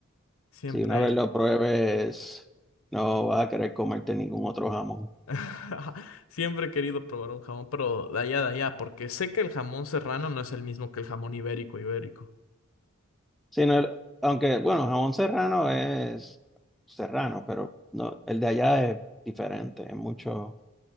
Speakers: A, on the left; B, in the centre.
A: siempre.
B: Si una vez lo pruebes, no vas a querer comerte ningún otro jamón.
A: <laughs> Siempre he querido probar un jamón, pero de allá, de allá, porque sé que el jamón serrano no es el mismo que el jamón ibérico, ibérico.
B: Si no, el- aunque, bueno, jamón serrano es serrano, pero no, el de allá es diferente, es mucho,